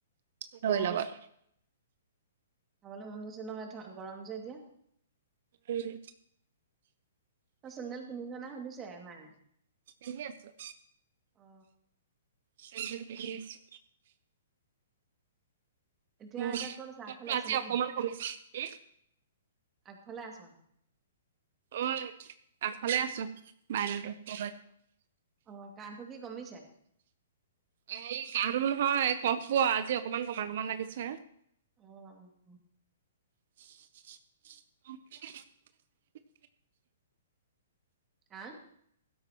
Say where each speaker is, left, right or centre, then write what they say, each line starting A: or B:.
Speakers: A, on the right; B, on the right.
A: দৈৰ
B: অ
A: লগত
B: খাবলৈ মন গৈছে নহয় গৰম যে এতিয়া।
A: উম,
B: তই চেণ্ডেল পিন্ধিছ নে সুধিছে মায়ে
A: পিন্ধি আছোঁ
B: অ
A: চেণ্ডেল পিন্ধি আছোঁ।
B: এতিয়া-এতিয়া
A: উম,
B: ক'ত আছা
A: কফটো
B: আগফালে আছে
A: আজি
B: নে
A: অকমান
B: কি?
A: কমিছে উম,
B: আগফালে আছা।
A: ঐ আগফালে আছোঁ। মাইনাটো <inaudible>
B: অ কাহটো কি কমিছে
A: অ' হেৰি কাহটো বোলো হয় কফটো আজি অকমান কমা-কমা লাগিছে।
B: অ'-অ'-অ'
A: <inaudible>
B: অ' <unintelligible>